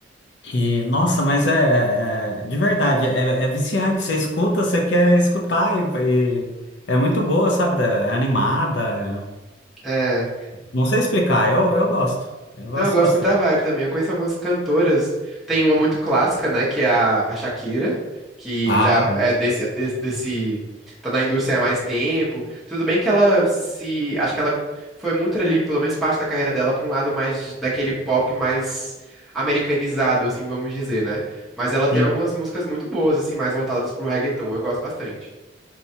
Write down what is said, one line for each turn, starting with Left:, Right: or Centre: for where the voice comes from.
Left: E, nossa, mas é, é- de verdade, é, é viciante. Você escuta, você quer escutar e, e é muito boa, sabe? da- É animada. é-
Centre: É.
Left: Não sei explicar, eu, eu gosto. Eu gosto
Centre: Não, eu gosto
Left: bastante.
Centre: muito da vibe também. Eu conheço algumas cantoras. Tem uma muito clássica, né? Que é a, a Shakira, que
Left: Ah,
Centre: já
Left: conhece.
Centre: é desse, é desse, desse- Tá na indústria há mais tempo. Tudo bem que ela se. Acho que ela foi muito ali, pelo menos parte da carreira dela, pra um lado mais daquele pop mais americanizado, assim, vamos dizer, né? Mas ela tem
Left: sim
Centre: algumas músicas muito boas, assim, mais voltadas pro reggaeton. Eu gosto bastante.